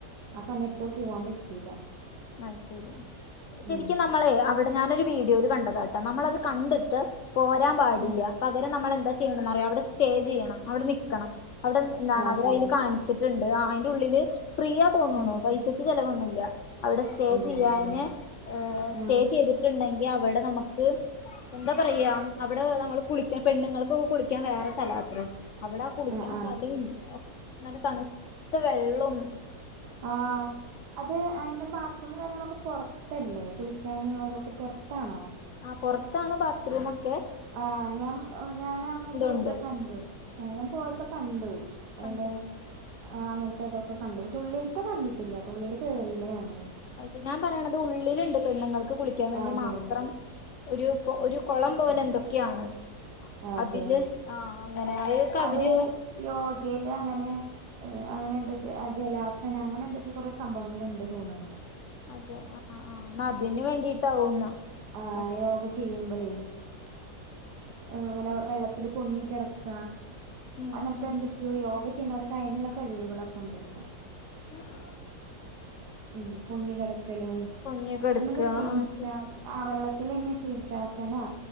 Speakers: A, on the right; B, on the left.
A: ആ സമയത്ത് പോവാൻ പറ്റിയില്ല
B: അഹ് ശരി ശരിക്കും
A: ഉം
B: നമ്മളെ അവിടെ ഞാനൊരു വീഡിയോൽ കണ്ട ട്ട നമ്മളത് കണ്ടിട്ട് പോരാൻ പാടില്ല
A: ഉം
B: പകരം നമ്മൾെന്താ ചെയ്യണംെന്ന്റ അവിടെ സ്റ്റേ ചെയ്യണം അവിടെ നിക്കണം അവിടെ എന്താണ്
A: അതെ
B: അവര അതിൽ കാണ വെച്ചിട്ടുണ്ട് അയിന്റെ ഉള്ളില് ഫ്രീ യാ തോന്നണോ
A: ഉം
B: പൈസക്ക് ചിലവന്നുല്ല അവിടെ സ്റ്റേ
A: ഇല്ലല്ലേ
B: ചെയ്യാന് സ്റ്റേ
A: ആഹ്
B: ചെയ്തിട്ടുണ്ടെങ്കിൽ അവിടെ നമുക്ക് എന്താ പറയാ അവിടെ നമ്മള് കുളിക്കാൻ പെണ്ണുങ്ങൾക്ക് കുളിക്കാൻ വേറെ സ്ഥലം അത്രേ അവിടെ ആ കുളിക്കണ
A: ആഹ് ആഹ്
B: സ്ഥലയും നല്ല തണുത്ത വെള്ളും
A: ആഹ് അത് അതിന്റെ ബാത്റൂം കാര്യങ്ങളൊക്കെ പുറത്തല്ലേ കുളിക്കാനുള്ളതൊക്കെ പുറത്താണോ
B: ആഹ് പുറത്താണ് ബാത്റൂമ ഒക്കെ
A: ആഹ് ഞാമ് ഞാൻ അന്ന് പോയിപ്പൊ
B: ഉണ്ട്
A: കണ്ടു ആഹ് ഞാൻ പോയപ്പോ കണ്ടു അയിന്റെ
B: കണ്ടോ
A: ആഹ് അങ്ങനത്തെ ഇതൊക്ക കണ്ടു പക്ഷെ ഉള്ളിലത്തെ കണ്ടിട്ടില്ല ട്ട ഉള്ളില് കേയറിയില്ലേ ഞങ്ങള്
B: അയ് ഷേ ഞാൻ പറയണത് ഉള്ളിലുണ്ട് പെണ്ണുങ്ങൾക്ക് കുളിക്കാൻ വേണ്ടി
A: അതെ
B: മാത്രം ഒരു ഒരു കൊളം പോലെ എന്തൊക്കെയാണ്
A: ആഹ്
B: അതില്
A: അതെ
B: ആ അങ്ങനെ അതൊക്കെ അവര്
A: അത് യോഗയില് അങ്ങനെ അങ്ങനെ എന്താ ജലാസന അങ്ങനെ എന്തൊക്കെ കൊറെ സംഭവങ്ങൾണ്ട് തോന്ന്ണു
B: അതെ ആഹ് ആഹ് അതിന് വേണ്ടിട്ടാവുന്ന
A: ആഹ്
B: അത്
A: യോഗ ചെയ്യുമ്പളേ ഇങ്ങനെ വെള്ളത്തിൽ പൊങ്ങി കിടക്ക
B: ഉം
A: അങ്ങനത്തെ
B: ഉം
A: ന്തി <unintelligible> യോഗ ചെയ്യണവർക്ക് അതിനുള്ള കഴിവുകളളൊക്കെ ഉണ്ടത്ര
B: ആഹ്
A: ഉം പൊങ്ങി കടക്കലും
B: പൊങ്ങിയൊക്കെ എടുക്ക
A: പിന്നെന്താ ശീർഷ
B: ആ ശരി
A: ആഹ് വെള്ളത്തിലെന്നെ ശീർഷാസനാ